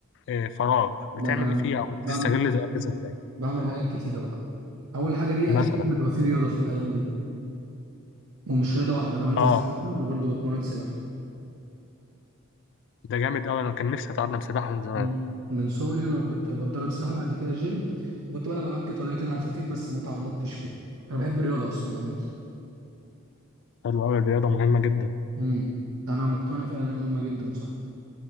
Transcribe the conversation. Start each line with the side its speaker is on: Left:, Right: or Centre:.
Left: آه، فراغ بتعمل
Right: ده انا
Left: إيه فيه أو
Right: بعمل
Left: بتستغل الأجازة إزاي؟
Right: بعمل حاجات كتيره بقى اول حاجه دي
Left: مثلا
Right: اكيد بيبقى في رياضه في الايام دي ومش رياضه واحده انا بنزل
Left: اه
Right: سباحه انا برضو بتمرن سباحه
Left: ده جامد قوي انا كان نفسي اتعلم سباحه من زمان
Right: مم. من صغري انا كنت بتدرب سباحه بعد كده جيم وكنت بلعب العاب قتاليه كده على الخفيف بس ما تعمقتش فيها انا بحب الرياضه اصلا عامه
Left: حلو قوي الرياضه مهمه جدا
Right: امم انا مقتنع فعلا انها مهمه جدا صح